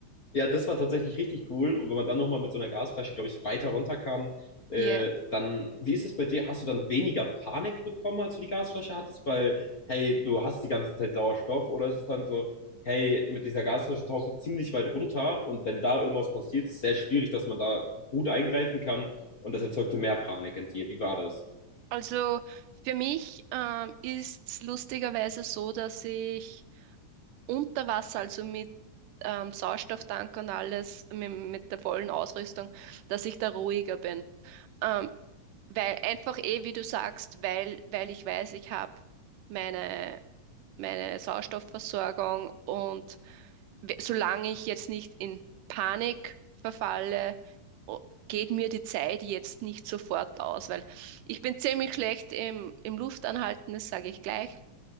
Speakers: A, on the left; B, on the right.
A: ja, das war tatsächlich richtig cool. Und wenn man dann nochmal mit so einer Gasflasche, glaube ich, weiter runterkam, äh,
B: Ja.
A: dann, wie ist es bei dir? Hast du dann weniger Panik bekommen, als du die Gasflasche hattest? Weil, hey, du hast die ganze Zeit Sauerstoff. Oder ist es dann so, hey, mit dieser Gasflasche tauchst du ziemlich weit runter und wenn da irgendwas passiert, ist es sehr schwierig, dass man da gut eingreifen kann und das erzeugte mehr Panik in dir. Wie war das?
B: Also für mich ähm, ist es lustigerweise so, dass ich unter Wasser, also mit ähm, Sauerstofftank und alles, mit, mit der vollen Ausrüstung, dass ich da ruhiger bin. Ähm, weil einfach eh, wie du sagst, weil, weil ich weiß, ich habe meine, meine Sauerstoffversorgung und we- solange ich jetzt nicht in Panik verfalle, o- geht mir die Zeit jetzt nicht sofort aus, weil ich bin ziemlich schlecht im, im Luftanhalten, das sage ich gleich.